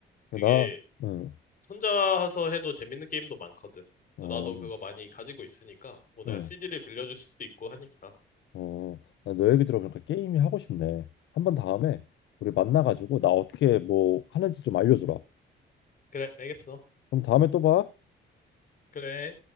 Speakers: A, on the left (about 45°); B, on the left (about 70°).
A: 그게
B: 나, 응,
A: 혼자서 해도 재밌는 게임도 많거든.
B: 어,
A: 나도 그거 많이 가지고 있으니까 뭐 내가
B: 응.
A: CD를 빌려줄 수도 있고 하니까.
B: 어, 나 너 얘기 들어보니까 게임이 하고 싶네. 한번 다음에 우리 만나가지고 나 어떻게 뭐 하는지 좀 알려주라.
A: 그래, 알겠어.
B: 그럼 다음에 또 봐.
A: 그래.